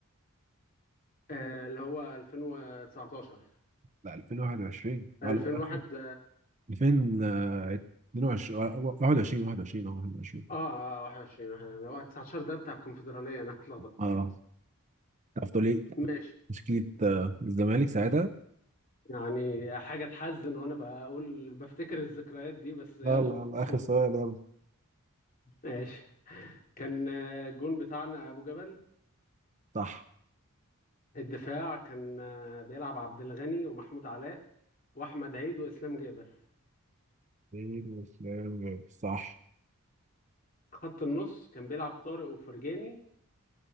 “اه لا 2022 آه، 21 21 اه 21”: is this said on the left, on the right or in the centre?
Right